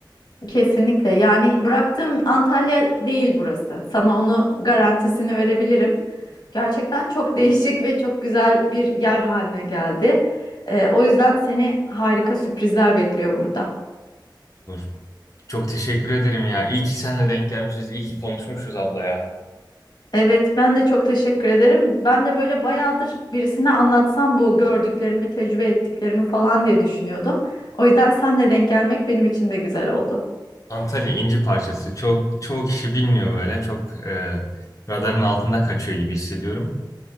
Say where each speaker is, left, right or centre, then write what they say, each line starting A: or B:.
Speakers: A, on the left (about 55°); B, on the left (about 40°).
A: Kesinlikle. Yani bıraktığım Antalya değil burası. Sana onu garantisini verebilirim. Gerçekten çok <laughs> değişik ve çok güzel bir yer haline geldi. Ee, o yüzden seni harika sürprizler bekliyor burada.
B: Olur. Çok teşekkür ederim ya. İyi ki seninle denk gelmişiz. İyi ki konuşmuşuz abla ya.
A: Evet, ben de çok teşekkür ederim. Ben de böyle bayağıdır birisine anlatsam bu gördüklerimi, tecrübe ettiklerimi falan diye düşünüyordum. O yüzden senle denk gelmek benim için de güzel oldu.
B: Antalya inci parçası. Çok çoğu kişi bilmiyor böyle. Çok e, radarın altında kaçıyor gibi hissediyorum.